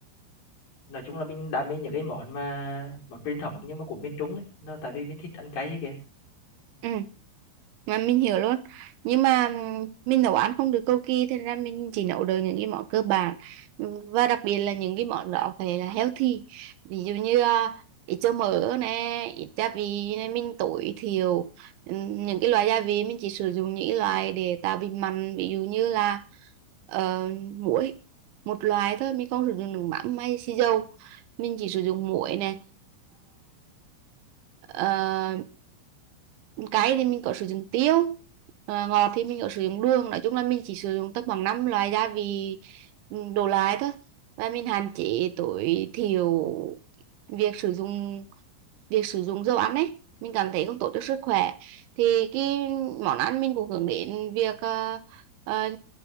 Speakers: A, on the left (about 50°); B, on the right (about 80°).
A: nói chung là mình đam mê những cái món mà món truyền thống nhưng mà của miền Trung ấy, nó tại vì mình thích ăn cay ấy kìa
B: ừ. mà mình hiểu luôn nhưng mà ừm, mình nấu ăn không được cầu kỳ thế ra mình chỉ nấu được những cái món cơ bản và đặc biệt là những cái món đó phải là healthy ví dụ như à, ít cho mỡ nè ít gia vị nè mình tối thiểu Ừm, những cái loại gia vị mình chỉ sử dụng những cái loại để tạo vị mặn ví dụ như là ờ, muối một loại thôi mình không sử dụng nước mắm hay xì dầu mình chỉ sử dụng muối nè Ờ, cay thì mình có sử dụng tiêu Ờ, ngọt thì mình có sử dụng đường nói chung là mình chỉ sử dụng tầm khoảng 5 loại gia vị ừ, đổ lại thôi và mình hạn chế tối thiểu việc sử dụng việc sử dụng dầu ăn ấy mình cảm thấy không tốt cho sức khỏe thì cái món ăn mình cũng hướng đến việc ờ, ờ,